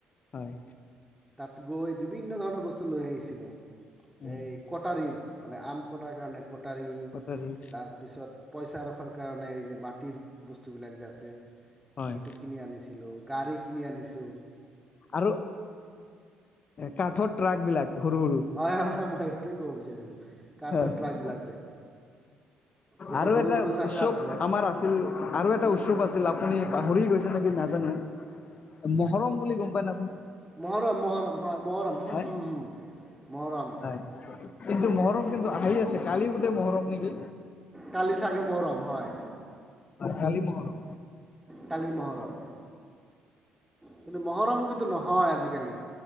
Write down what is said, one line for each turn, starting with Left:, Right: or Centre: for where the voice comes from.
Left: হয়
Centre: তাত গৈ বিভিন্ন ধৰণৰ বস্তু লৈ আহিছিলো,
Left: উম,
Centre: এই কটাৰী মানে আম কটাৰ কাৰণে। কটাৰী
Left: কটাৰী
Centre: তাৰপিছত পইচা ৰখাৰ কাৰণে এই যে মাটিৰ বস্তুবিলাক যে আছে।
Left: হয়
Centre: সেইটো কিনি আনিছিলো, গাড়ী কিনি আনিছো।
Left: আৰু কাঠৰ ট্ৰাক বিলাক। সৰু সৰু
Centre: হয়-হয় মই এইটোে ক'ব বিচাৰিছিলো কাঠৰ
Left: হ
Centre: ট্ৰাক বিলাক যে এইটো
Left: আৰু
Centre: সৰু
Left: এটা
Centre: সৰু চাকা
Left: উৎসৱ
Centre: আছিলে
Left: আমাৰ আছিল আৰু এটা উৎস চব আছিল আপুনি পাহৰি গৈছে নেকি নাজানো মহৰম বুলি গম পায় ন আপুনি?
Centre: মহৰম-মহৰম হয় মহৰম-মহৰম।
Left: হয় হয় কিন্তু মহৰম কিন্তু আহি আছে, কালি বোধে মহৰম নেকি?
Centre: কালি চাগে মহৰম হয়
Left: কালি মহৰম।
Centre: কালি মহৰম কিন্তু মহৰমুখী নহয় আজিকালি।